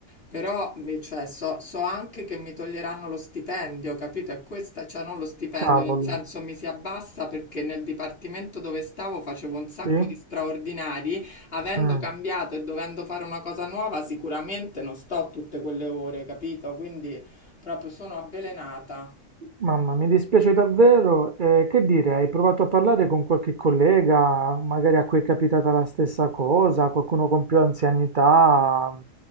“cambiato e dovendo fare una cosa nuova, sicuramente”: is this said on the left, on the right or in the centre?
Left